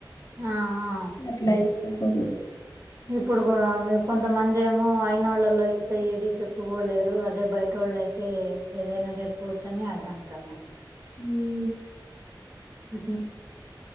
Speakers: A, on the right; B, on the left.
A: ఆ! ఆ!
B: ఎట్లా ఇచ్చరో
A: ఇప్పుడు ఆమె కొంతమంది ఏమో అయినోళ్ళలో ఇస్తే ఏది చెప్పుకోలేరు అదే బయటోళ్ళు అయితే తే ఏదైనా చేసుకోవచ్చు అని అది అంటున్నారు
B: ఉ
A: ఉ